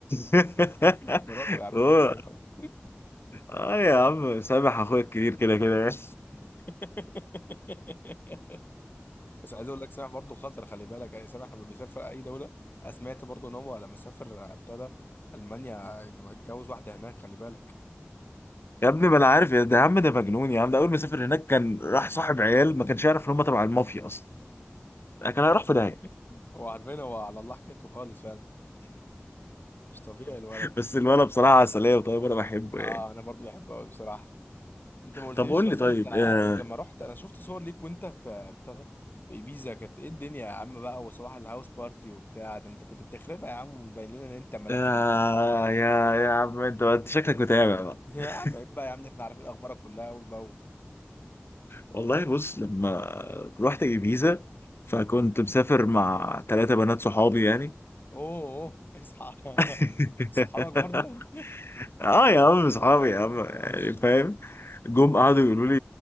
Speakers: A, on the left (about 65°); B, on the left (about 50°).
A: <laughs>
B: مراته يا عم
A: هو
B: برضه عيب برضه
A: اه يا عم سامح اخويا الكبير كده كده يعني.
B: <laughs> بس عايز اقول لك سامح برضه خطر خلي بالك يعني سامح لما بيسافر اي دوله أنا سمعت برضه ان هو لما سافر ابتدى المانيا لما اتجوز واحده هناك خلي بالك
A: يا ابني ما انا عارف يا ده يا عم ده مجنون يا عم ده اول ما سافر هناك كان راح صاحب عيال ما كانش يعرف ان هم تبع المافيا اصلا يعني كان هيروح في داهيه
B: <laughs> هو عارفين هو على الله حكايته خالص فعلا مش طبيعي الولد
A: <laughs> بس الولد بصراحه عسليه وطيب انا بحبه
B: اه
A: يعني
B: انا برضو بحبه قوي بصراحه انت ما قلتليش
A: طب قول
B: اصلا
A: لي طيب
B: انت انت
A: آه
B: لما رحت انا شفت صور ليك وانت في بتاع في ايبيزا كانت ايه الدنيا يا عم بقى وصباح الهاوس بارتي وبتاع ده انت كنت بتخربها يا عم ومبين لنا ان انت ملاك
A: آه
B: في المكان
A: يا يا عم انت انت شكلك متابع بقى
B: يا
A: <laughs>
B: عم عيب بقى يا عم احنا عارفين اخبارك كلها اول باول
A: والله بص لما رحت ibiza فكنت مسافر مع ثلاثة بنات صحابي يعني
B: اوه أوه، اصحى <laughs>
A: <laughs>
B: صحابك برضه
A: اه يا عم اصحابي يا عم يعني
B: ماشي
A: فاهم جم قعدوا يقولوا لي